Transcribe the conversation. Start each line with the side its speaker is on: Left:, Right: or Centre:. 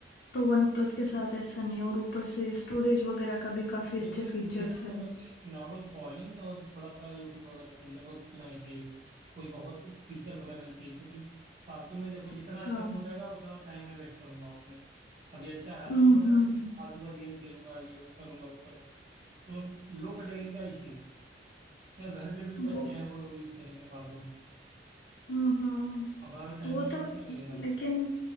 Left: तो वन प्लस के साथ ऐसा नहीं है, और ऊपर से स्टोरेज वगैरह का भी काफी अच्छे
Right: जैसे
Left: फीचर्स
Right: मुझे ना
Left: है
Right: मतलब कि नॉर्मल कॉलिंग और थोड़ा सा यूट्यूब वगैरह से बहुत उतना ही चाहिए कोई बहुत फीचर वगैरह नहीं चाहिए क्योंकि फालतू में देखो जितना
Left: अच्छा
Right: अच्छा फोन रहेगा उतना टाइम मैं वेस्ट करूंगा उसमें अभी अच्छा है
Left: हम्म
Right: फोन है
Left: हम्म।
Right: तो उसमें फालतू का गेम खेलूंगा ये करूंगा वो करूंगा तो लो कैटेगरी का ही चाहिए या घर पे भी
Left: वो
Right: बच्चे हैं वो लोग यूज करेंगे फालतू में
Left: हम्म हम्म।
Right: अपना भी टाइम
Left: वो
Right: वेस्ट
Left: तो
Right: करूंगा अगले का भी।
Left: लेकिन